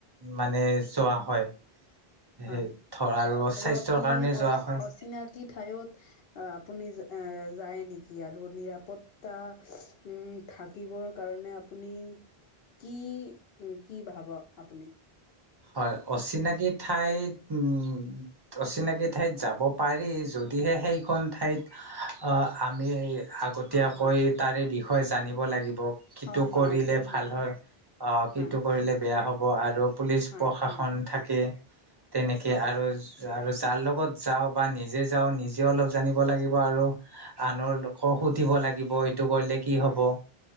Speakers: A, on the right; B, on the left.
A: মানে যোৱা হয়। সেই
B: হয়
A: ধৰ
B: আৰু
A: স্বাস্থ্যৰ
B: আপুনি
A: কাৰণে যোৱা
B: অচ-অচিনাকি
A: হয়
B: থায়ত আ-আপুনি যায় নেকি আৰু নিৰাপদ তা উম থাকিবৰ কাৰণে আপুনি কি কি ভাবক আপোনি?
A: হয়, অচিনাকি ঠাইত উম অচিনাকি ঠাইত যাব পাৰি যদিহে, সেইখন ঠাইত আ-আমি আগতীয়াকৈ
B: হয় হয়
A: তাৰে বিষয়ে জানিব লাগিব। কিটো
B: হয় হয়
A: কৰিলে
B: এইটো
A: ভাল হয়, অ', কিটো
B: হয়
A: কৰিলে বেয়া হব আৰু পুলিচ
B: হয়
A: প্ৰশাসন
B: হয়
A: থাকে, তেনেকে
B: হয়
A: আৰু য যাৰু যাৰ লগত যাওঁ বা নিজে যাওঁ নিজেও অলপ জানিব লাগিব আৰু আনৰ লোকক সুধিব লাগিব এইটো কৰিলে কি
B: হয়
A: হব,